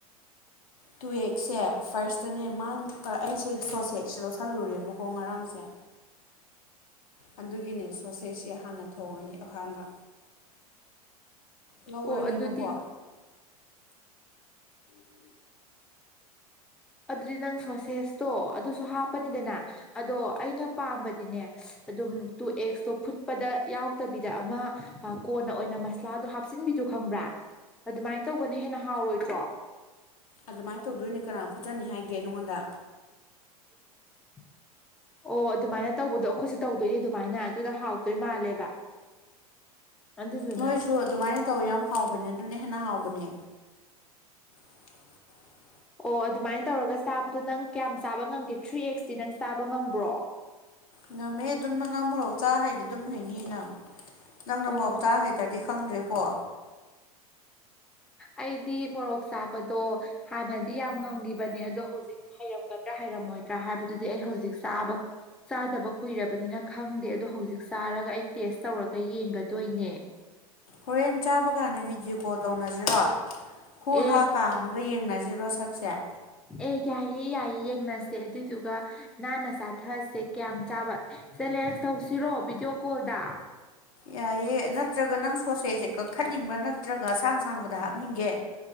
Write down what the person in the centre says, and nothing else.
ꯑꯣ ꯑꯗꯨꯗꯤ ꯑꯗꯨꯗꯤ ꯅꯪ ꯁꯣꯁꯦꯁꯇꯣ ꯑꯗꯨꯁꯨ ꯍꯥꯞꯄꯅꯤꯗꯅ ꯑꯗꯣ ꯑꯩꯅ ꯄꯥꯝꯕꯗꯤꯅꯦ ꯑꯗꯨꯝ ꯇꯨ ꯑꯦꯛꯁꯇꯣ ꯐꯨꯠꯄꯗ ꯌꯥꯎꯗꯕꯤꯗ ꯑꯃ ꯀꯣꯟꯅ ꯑꯣꯏꯅ ꯃꯁꯂꯥꯗꯣ ꯍꯥꯞꯆꯤꯟꯕꯤꯗꯨ ꯈꯪꯕ꯭ꯔꯥ ꯑꯗꯨꯃꯥꯏꯅ ꯇꯧꯕꯅ ꯍꯦꯟꯅ ꯍꯥꯎꯔꯣꯏꯗ꯭ꯔꯣ
<unintelligible> ꯑꯣ ꯑꯗꯨꯃꯥꯏꯅ ꯇꯧꯕꯗꯣ ꯑꯩꯈꯣꯏꯁꯨ ꯇꯧꯗꯣꯏꯅꯦ ꯑꯗꯨꯃꯥꯏꯅ ꯑꯗꯨꯅ ꯍꯥꯎꯗꯣꯏ ꯃꯥꯜꯂꯦꯕ ꯑꯗꯨꯗꯨꯅ
ꯑꯣ ꯑꯗꯨꯃꯥꯏꯅ ꯇꯧꯔꯒ ꯆꯥꯕꯗꯣ ꯅꯪ ꯀꯌꯥꯝ ꯆꯥꯕ ꯉꯝꯒꯦ ꯊ꯭ꯔꯤ ꯑꯦꯛꯁꯇꯤ ꯅꯪ ꯆꯥꯕ ꯉꯝꯕ꯭ꯔꯣ
ꯑꯣ
ꯑꯩꯗꯤ ꯃꯣꯔꯣꯛ ꯆꯥꯕꯗꯣ ꯍꯥꯟꯅꯗꯤ ꯌꯥꯝ ꯉꯝꯒꯤꯕꯅꯦ ꯑꯗꯣ ꯍꯧꯖꯤꯛ ꯍꯩꯔꯝꯒꯗ꯭ꯔꯥ ꯍꯩꯔꯝꯃꯣꯏꯗ꯭ꯔꯥ ꯍꯥꯏꯕꯗꯨꯗꯤ ꯑꯩ ꯍꯧꯖꯤꯛ ꯆꯥꯕ ꯆꯥꯗꯕ ꯀꯨꯏꯔꯕꯅꯤꯅ ꯈꯪꯗꯦ ꯑꯗꯣ ꯍꯧꯖꯤꯛ ꯆꯥꯔꯒ ꯑꯩ ꯇꯦꯁ ꯇꯧꯔꯒ ꯌꯦꯡꯒꯗꯣꯏꯅꯦ
ꯑꯦ
ꯑꯦ ꯌꯥꯏꯌꯦ ꯌꯥꯏꯌꯦ ꯌꯦꯡꯅꯁꯦ ꯑꯗꯨꯏꯗꯨꯒ ꯅꯥꯟꯅ ꯆꯥꯊꯁꯦ ꯀꯌꯥꯝ ꯆꯥꯕ ꯆꯦꯂꯦꯟꯁ ꯇꯧꯁꯤꯔꯣ ꯚꯤꯗꯤꯑꯣ ꯀꯣꯜꯗ